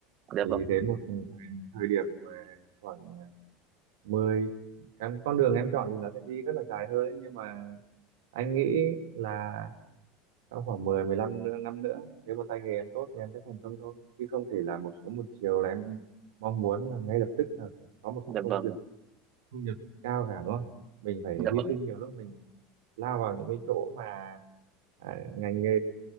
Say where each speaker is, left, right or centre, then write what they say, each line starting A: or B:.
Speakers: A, on the right; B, on the right.
A: dạ
B: thì
A: vâng
B: đến một thời, thời điểm mà khoảng ờ, 10 cái con đường em chọn thì nó sẽ đi rất là dài hơi nhưng mà anh nghĩ là sau khoảng mười 15 nữa- năm nữa nếu mà tay nghề em tốt thì em sẽ thành công thôi chứ không thể là một sớm một chiều là em mong muốn là ngay lập tức là có một
A: dạ
B: cái công
A: vâng
B: việc thu nhập cao cả đúng không mình phải
A: dạ
B: hy
A: vâng
B: sinh nhiều lúc mình lao vào những cái chỗ mà à, ngành nghề